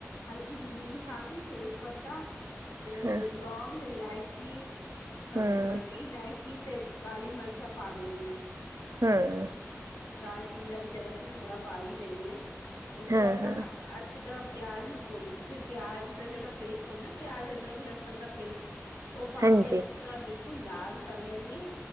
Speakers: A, on the left; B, on the right.
A: ਹਲਕੀ ਜੀ ਹਿੰਗ ਪਾ ਕੇ ਤੇਜ ਪੱਤਾ ਤੇ
B: ਹਾਂ
A: ਲੌਂਗ ਇਲਾਇਚੀ। ਖਬ
B: ਹਮ
A: ਵੱਡੀ ਇਲਾਇਚੀ ਤੇ ਕਾਲੀ ਮਿਰਚਾਂ ਪਾ ਦੇਨੀ ਆ।
B: ਹਮ।
A: ਦਾਲਚੀਨੀ ਦਾ ਵੀ ਜਰਾ ਸਾ ਟੁਕੜਾ ਪਾ ਈ ਦੇਨੀ ਆ ਉਸ ਤੋਂ
B: ਹਾਂ-ਹਾਂ,
A: ਬਾਦ ਨਾ ਅੱਛੀ ਤਰਾ ਪਿਆਜ ਨੂੰ ਪੂਨ ਫਿਰ ਪਿਆਜ ਦਾ ਜੇੜਾ ਪੇਸਟ ਹੁੰਦਾ ਪਿਆਜ ਅਦਰਕ ਲਸਨ ਦਾ ਪੇਸਟ ਓ ਪਾ
B: ਹਾਂਜੀ,
A: ਕੇ ਅੱਛੀ ਤਰਾ ਬਿਲਕੁਲ ਲਾਲ ਕਰ ਲੈਨੀ ਆ